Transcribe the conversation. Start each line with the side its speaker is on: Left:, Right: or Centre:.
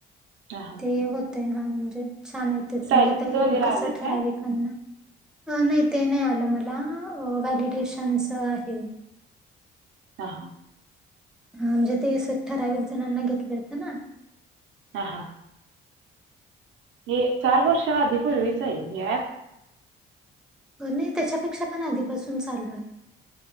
Right: ह
Centre: हे होतंय म्हणजे छान य
Right: टायपिंगचं
Centre: म्हजे
Right: वगैरे
Centre: कस
Right: आले काय
Centre: ठराविक पन नाही ते नाही आलं मला व्हॅलिडेशनच आहे
Right: हा हा
Centre: हा म्हणजे ते ठराविक जणांना घेतले होत ना
Right: हा हा हे चार वर्षा आधी पूर्वीच आहे हे ऍप
Centre: नाही त्याच्यापेक्षा पण आधीपासून चालू आहे